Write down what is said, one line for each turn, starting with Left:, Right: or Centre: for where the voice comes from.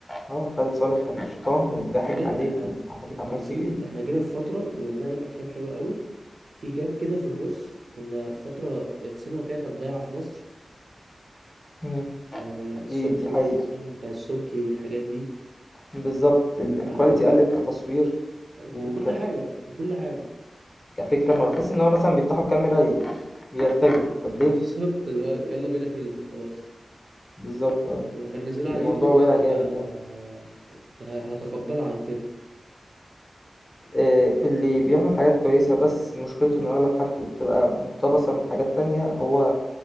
Left: اه خالد صالح كان الشيطان وضحك
Right: كده
Left: عليك
Right: إحنا
Left: وعمال
Right: التمثيل
Left: عمال تجري
Right: إحنا جينا في فترة كنا بنعمل أفلام حلوة قوي في جاب كده في النص كنا في فترة السينما فيها كانت ضايعة في مصر
Left: مم.
Right: آه، السبكي
Left: دي دي حقيقة
Right: بقى الأفلام بتاع السبكي والحاجات دي
Left: بالظبط ال- الكواليتي
Right: بعد كده
Left: قلت كتصوير
Right: بكل
Left: و
Right: حاجة بكل حاجة
Left: كفكرة
Right: ما تت-
Left: ما بتحس إن هو مثلا بيفتحوا الكاميرا ي- ويرتجلوا
Right: <laughs>
Left: طب ليه
Right: بالظبط اللي هو يلا بينا فيلم وخلاص
Left: بالظبط اه
Right: لو كان نزله
Left: الموضوع
Right: على اليوتيوب
Left: وقع
Right: كان هيبقى
Left: جامد يعني
Right: كنت ه- هتقبله عن كده
Left: آه، اللي بيعمل حاجات كويسة بس مشكلته إن أغلب حاجته بتبقى مقتبسة من حاجات تانية هو